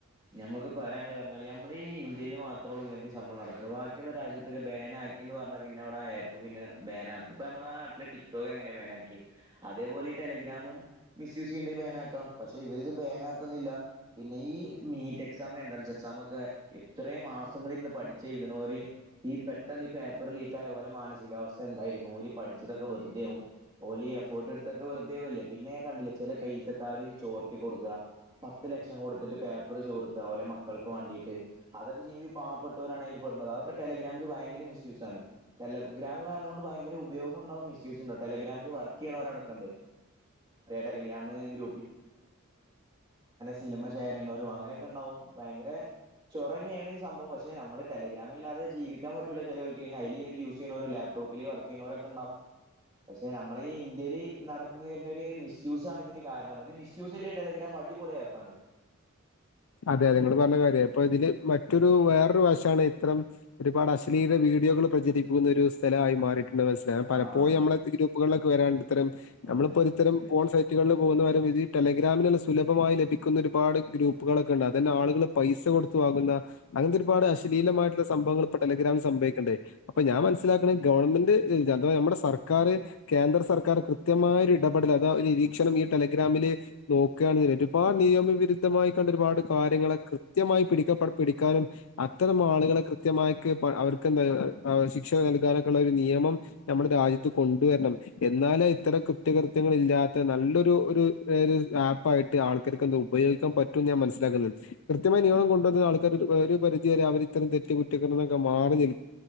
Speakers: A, on the right; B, on the left.
A: ഞമ്മക്ക് പറയാനുള്ളത് പറഞ്ഞാല് നമ്മളീ ഇന്ത്യയി മാത്രേള്ളൂ ഇങ്ങനത്തെ സംഭവം നടക്കണ വാക്കി മറ്റുള്ള രാജ്യത്തൊക്കെ ബാനാക്കിന്ന് പറഞ്ഞ പിന്നെവിടെ ആപ്പ്ന്നെ ബാന ആാക്കും ഇപ്പ നമ്മളെ നാട്ടിലെ ടിക്ടോക്ക്ങ്ങനെ ബാൻാക്കി അതേപോലെ ടെലി്രാം മിൂസ് ചെയ്യണ്ട ബാനാക്കാം പക്ഷെ ഇവരിത് ബാന ആക്കുന്നില്ല പിന്നെ ഈ മീറ്റ് എക്സാം എൻട്രൻസ് എക്സാമൊക്കെ എത്രേ മാസങ്ങളിരുന്ന് പഠിച്ച് എഴുത്ണോര് ഈ പെട്ടെ ഈ പേപ്പറ് ലീക്ക് ആയ പോലെ മാനസികാവസ്ഥ എന്തായിരിക്കും ഓലീ പടിച്ചതൊക്കെ വെറുതെ ആവും ഓലീ എഫോർട്ട് എടുത്ത വെറുതെആവില്ലേ പിന്നെ കണ്ടില്ല ചെല പൈസക്കാര് ചോർത്തി കൊടുക്ക പത്ത് ലക്ഷം കൊടുത്തിട്ട് പേപ്പർ ചോർത്ത പോലെ മക്കക്ക് വേണ്ടിട്ട് അതൊക്കെ ചെയ്യുമ്പോ പാവപ്പെട്ടവരാണ് അയില് പെടുന്നത് അതൊക്കെ ടെലഗ്രാമിൽ ഭയങ്കര മിസ്സ്‌ യൂസ് ആണ് ടെലഗ്രാം കാരണുണ്ട് ഭയങ്കര ഉപയോഗുണ്ടാവും മിസ്സ് യൂസും ഉണ്ടാവും ടെലഗ്രാമിൽ ചെയറ്റ ടെല്ര്ര ചുമ്മാ ഷെയറയ്യണോരും അങ്ങനെയൊക്കെ ഉണ്ടാവും ഭയങ്കര ചോറന്നെയാണ് ഈ സംഭവം പക്ഷെ നമ്മള് ടെലഗ്രാമില്ലാതെ ജീവിക്കാൻ പറ്റൂല ചെലോർക്ക് ഹൈലീ യൂസെയ്യണോരില്ലേ ലപ്ടോപ്പില് വർക്ക് ചെയ്യുന്നവരൊക്കെണ്ടാവും പക്ഷെ നമ്മള ഈ ഇന്ത്യല് നടക്കുന്നത് തന്നെ ഒര് മിസ്യൂസാണ് ഇതിന് കാരണം ഇത് മിസ്യൂസ്സില്ലെ ടെലഗ്രാം അടിപൊളി ആപ്പാണ്
B: അതെ അതെ നിങ്ങള് പറഞ്ഞ കാര്യാ ഇപ്പൊ ഇതില് മറ്റൊരു വേറൊരു വശാണ് ഇത്തരം ഒരുപാട് അശ്ലീല വീ വീഡിയോകൾ പ്രചരിപ്പിക്കുന്ന ഒരു സ്ഥലമായി മാറിട്ട് മനസിലായി പലപ്പോയും
A: ആഹ്
B: നമ്മളാ ഗ്രൂപ്പുകളിലൊക്കെ വരാണ്ട് ഇത്തരം നമ്മളിപ്പോ
A: ആഹ്
B: ഒരുത്തരും
A: ശരിയാ
B: പോൺ സൈറ്റുകളില് പോകുന്നവരം ഇതീ ടെല ഗ്രാമിനുള്ള സുലഭമായി ലഭിക്കുന്ന ഒരുപാട് ഗ്രൂപ്പ് പ്പുകളൊക്കെ ഉണ്ട് അതന്നെ ആളുകൾ പൈസ കൊടുത്തുവാകുന്ന അങ്ങനത്തെ ഒരുപാട് അശലീലമായിട്ടുള്ള സംഭവങ്ങൾ ഇപ്പ ടെലിഗ്രാം സംഭവം ഉ അപ്പൊ ഞാൻ മനസ്സിലാക്ക ഗവൺമെന്റ് അഥ നമ്മുടെ സർക്കാർ കേന്ദ്ര സർക്കാർ കൃത്യം മായ ഒരു ഇടപെടൽ അതാ നിരീക്ഷണം ഈ ടെലഗ്രാമില് നോക്കാണേല് ഒരുപാട് നിയമവിരുദ്ധമായി ഒരുപാട് കാര്യങ്ങളൾ കൃത്യമായി പിടി പിടിക്കാനും അത്തരം ആളുകളെ കൃത്യമായി അവ ശിക്ഷ നൽകാനൊക്കുള്ള ഒരു നിയമം നമ്മുടെ രാജ്യത്ത് കൊണ്ടുവരണം എന്നാലെ ഇത്ര ഒര് കുറ്റകൃത്യളില്ലാത്ത നല്ലൊരു ഒരു ഏത് ആപ്പായിട്ട് ആൾക്കാര്ക്കത് ഉപയോഗിക്കാൻ പ ഞാൻ മനസ്സിലാക്കുന്നത് കൃത്യമായ നിയമം കൊണ്ടുവന്ന ആൾക്കാർ ഒരു പരിധി വരെ അവർ ഇത്തം തെറ്റ കുറ്റക്കൊക്കെ മാറി